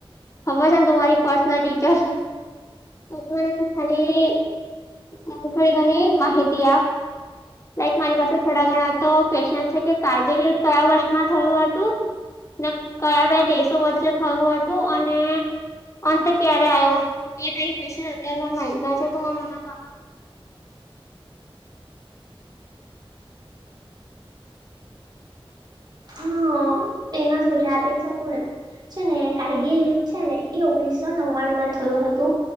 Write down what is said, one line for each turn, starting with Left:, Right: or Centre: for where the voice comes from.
Left: હબર છે ને તુ મારી પર્સનલ ટીચર મને તુ ખાલી થોડી ઘણી માહિતી આપ લાઈક મારી પાસે થોડા ઘણા તો ક્યુસશન છે કે કારગિલ યુદ્ધ કયા વર્ષમાં થયું હતું કયા બે દેશો વચ્ચે થયું હતું અને અંત ક્યારે આવ્યો એ ક ક્વન અત્યારે મે માયગા છે તુ મને <unintelligible>
Right: હા એમાં શું છે આબેજ શકું એમ છે ને કારગીલ યુદ્ધ છે ને ઓગણીસો નવ્વાણું માં થયું હતું